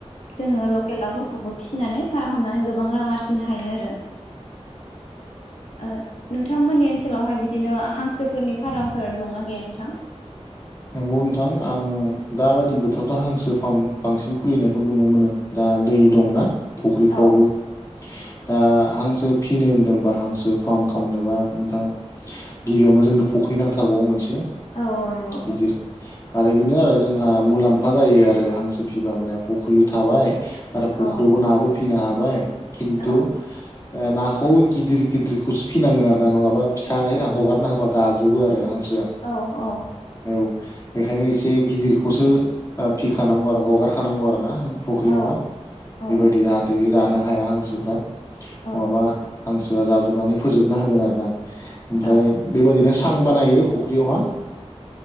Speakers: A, on the left (about 70°); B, on the left (about 30°).
A: जोंङो लकेल दावफोरखौबो फिसिनानै फाराम खालामनानै गोबां रां आरजिनो हायो आरो ओ नोंथांमोननि ओनसोलावहाय बिदिनो हांसोफोरनि फार्मफोर दंना गैया नोंथां? <inaudible>
B: नंगौ नोंथां आं दाबायदि बोथोरावथ हांसो फार्म बांसिन खुलिनायखौ नुनो मोनो। दा दै
A: औ
B: दंना फख्रिफोरावबो
A: औ
B: दा हांसो फिनो होनदोंबा हांसो फार्म खालामनोबा नोंथां गिबियावनो जोंनो फुख्रि नांथारगौ मोनसे
A: औ औ
B: गिदिर आरो बेनो आरो जोंहा मुलाम्फा जायो आरो हांसो फिबा माने फुख्रि थाबाय। आरो फुख्रियावबो
A: औ
B: नाबो फिनो हाबाय खिन्थु
A: औ
B: ओ नाखौ गिदिर गिदिरखौसो फिनांगोन आरो ना नङाबा फिसाहगार ना होबा जाजोबगोन आरो हांस
A: औ औ
B: बेखायनो एसे गिदिरखौसो फिखानांगौ आरो हगारखानांगौ आरो ना फुख्रियावहा
A: औ औ
B: बेबायदि जाहाथे बे जानो हाया हांसोफ्रा नङाबा
A: औ
B: हांसोआ जाजोबनानै फोजोबना होगोन आरो ना ओमफ्राय
A: औ
B: बेबायादिनो सां बानायो फुख्रियावहा